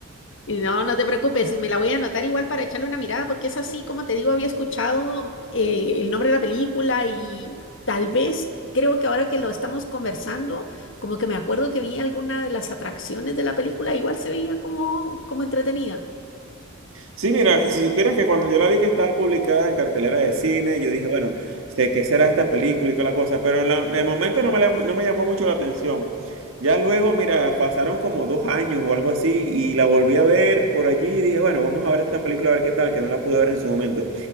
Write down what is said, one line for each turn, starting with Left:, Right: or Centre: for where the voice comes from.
Left: Y No, no te preocupes, me la voy a anotar igual para echarle una mirada, porque es así, como te digo, había escuchado eh, el nombre de la película y tal vez creo que ahora que lo estamos conversando, como que me acuerdo que vi alguna de las atracciones de la película, igual se veía como, como entretenida.
Right: Sí, mira, y si supieras que cuando yo la vi que estaba publicada en cartelera de cine, yo dije, bueno, sé qué será esta película y toda la cosa, pero en, la- en el momento no me, la- no me llamó mucho la atención. Ya luego, mira, pasaron como dos años o algo así y la volví a ver por allí y dije, bueno, vamos a ver esta película a ver qué tal, que no la pude ver en su momento.